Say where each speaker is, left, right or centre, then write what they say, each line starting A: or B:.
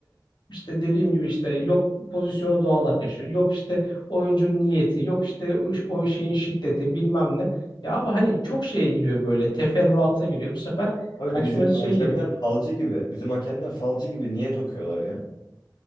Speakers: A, on the left; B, on the left.
A: işte dediğim gibi işte yok pozisyonu doğal akışı, yok işte oyuncunun niyeti, yok işte o, o şeyin şiddeti bilmem ne. Ya abi hani çok şeye giriyor böyle teferruata giriyor. Bu sefer
B: Abi
A: kaçma
B: bizim
A: şey
B: hakemler
A: giriyor.
B: falcı gibi. Bizim hakemler falcı gibi niye tokuyorlar ya?